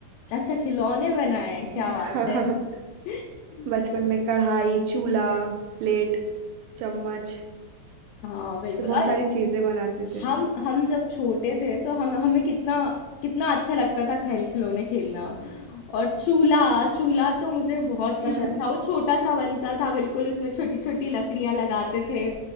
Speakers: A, on the left; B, on the right.
A: अच्छा खिलौने बनाए हैं, क्या
B: <laughs>
A: बात है <laughs>
B: बचपन में कढ़ाई चूल्हा प्लेट चम्मच
A: हाँ बिल्कुल
B: से बहुत
A: अरे
B: सारी चीजें बनाते थे
A: हम हम जब छोटे थे तो हम हमें कितना कितना अच्छा लगता था खेल खिलौने खेलना और चूल्हा चूल्हा तो मुझे बहुत
B: <laughs>
A: पसंद था वो छोटा सा बनता था बिल्कुल उसमें छोटी छोटी लकड़ियाँ लगाते थे